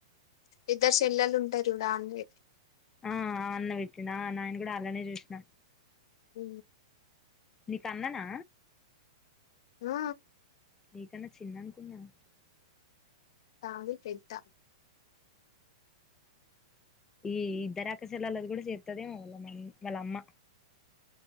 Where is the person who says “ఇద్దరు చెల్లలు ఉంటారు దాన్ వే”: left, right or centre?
Left